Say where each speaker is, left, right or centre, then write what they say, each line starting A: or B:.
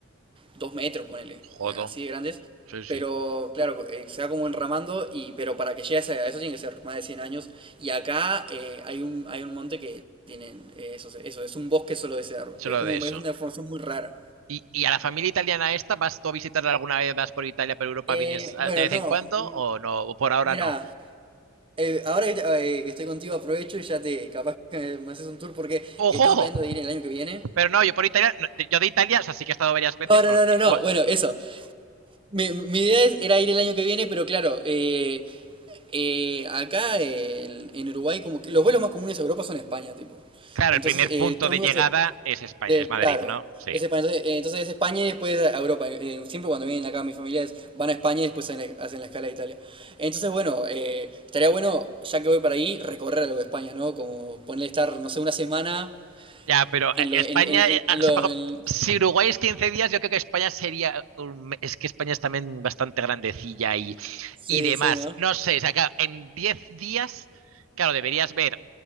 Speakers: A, on the right (about 25°); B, on the right (about 75°).
A: dos metros, ponele,
B: jodo,
A: eh, así de grandes.
B: sí, sí,
A: Pero claro, eh, se va como enramando, y, pero para que llegue a esa- a eso tiene que ser más de 100 años. Y acá eh, hay un, hay un monte que tienen eh, eso, eso, es un bosque solo de cedro.
B: solo
A: Es como
B: de eso.
A: es una formación muy rara.
B: Y, y a la familia italiana esta, ¿vas tú a visitarla alguna vez? ¿Vas por Italia, por Europa,
A: Eh,
B: vienes ah,
A: bueno,
B: de vez
A: no,
B: en cuando
A: mm,
B: o no? ¿O por ahora
A: mira,
B: no?
A: eh, ahora que, te- eh, que estoy contigo aprovecho y ya te, capaz que me, me haces un tour porque
B: ¡Ojo!
A: estamos planeando de ir el año que viene.
B: Pero no, yo por Italia, no, de- yo de Italia, o sea, sí que he estado varias veces,
A: No, no,
B: bueno,
A: no, no,
B: igual-
A: no, bueno, eso. Mi, mi idea es- era ir el año que viene, pero claro, eh, Eh, acá el- en Uruguay, como que los vuelos más comunes a Europa son a España, tipo.
B: claro,
A: Entonces,
B: el primer
A: eh,
B: punto
A: todo
B: de
A: el mundo
B: llegada
A: se.
B: es España,
A: de-
B: es Madrid,
A: claro.
B: ¿no? Sí,
A: Es España. Entonces, eh, entonces es España y después a Europa. Eh, siempre cuando vienen acá mis familiares van a España y después hacen la, hacen la escala de Italia. Entonces, bueno, eh, estaría bueno, ya que voy para ahí, recorrer algo de España, ¿no? Como ponerle estar, no sé, una semana
B: Ya, pero
A: en
B: eh,
A: lo.
B: España,
A: En, en-
B: eh,
A: en-
B: ah,
A: en
B: o
A: lo
B: sea, por ejemplo,
A: en-
B: si Uruguay es 15 días, yo creo que España sería, un me- es que España es también bastante grandecilla y,
A: sí,
B: y demás.
A: sí, ¿no?
B: No sé, o sea, claro, en 10 días, claro, deberías ver